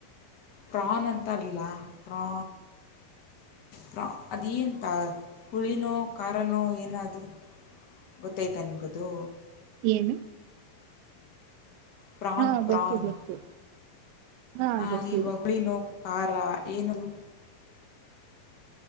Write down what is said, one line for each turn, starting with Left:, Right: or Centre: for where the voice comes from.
Left: ಪ್ರಾನ್ ಅಂತಾರಲ್ಲ ಪ್ರಾ ಪ್ರಾ ಅದೇಂತ ಉಳಿನೋ ಖಾರನೋ ಏನದು ಗೊತೈಯ್ತಾ ನಿಮ್ಗದು?
Right: ಏನು
Left: ಪ್ರಾನ್
Right: ಹಾ
Left: ಪ್ರಾನ್
Right: ಗೊತ್ತು ಗೊತ್ತು ಹಾ
Left: ಆ
Right: ಗೊತ್ತು
Left: ಈ ಉಳಿನೋ ಖಾರಾ ಏನದು?